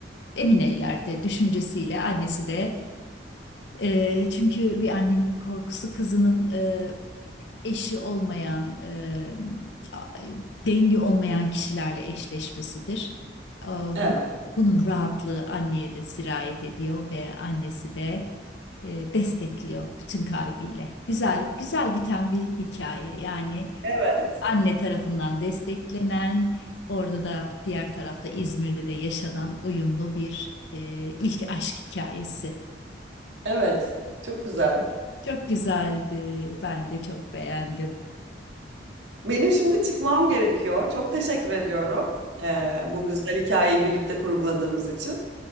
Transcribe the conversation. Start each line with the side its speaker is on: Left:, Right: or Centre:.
Left: emin ellerde düşüncesiyle annesi de e, çünkü bir annenin korkusu kızının e, eşi olmayan, e, a- dengi olmayan kişilerle eşleşmesidir. E, bu-
Right: evet,
Left: bunun rahatlığı anneye de sirayet ediyor ve annesi de e, destekliyor bütün kalbiyle. Güzel, güzel biten bir hikaye. Yani
Right: evet.
Left: anne tarafından desteklenen, orada da diğer tarafta İzmir'de de yaşanan uyumlu bir e, ilk aşk hikayesi.
Right: Evet, çok güzel.
Left: Çok güzeldi. Ben de çok beğendim.
Right: Benim şimdi çıkmam gerekiyor. Çok teşekkür ediyorum. Ee, bu güzel hikayeyi birlikte kurguladığımız için.